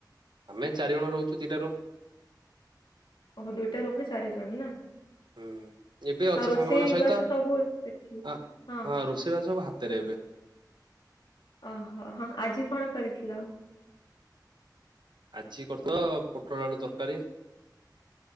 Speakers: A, on the right; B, on the left.
A: ଆମେ ଚାରିଜଣ ରହୁଛୁ ଦିଟା ରୁମ।
B: ଓଃ ଦୁଇଟା ରୁମ ରେ ଚାରି ଜଣ ନା
A: ହୁଁ ଏବେ ଅଛି
B: ଆଉ ରୋଷେଇବାସ
A: ସାଙ୍ଗମାନଙ୍କ ସହିତ
B: ସବୁ ଅ ସେଠି
A: ଆ
B: ହଁ।
A: ରୋଷେଇବାସ ସବୁ ହାତରେ ଏବେ
B: ଓହୋ ହଁ ଆଜି କଣ କରିଥିଲ?
A: ଆଜି <unintelligible> ପୋଟଳ ଆଳୁ ତରକାରୀ।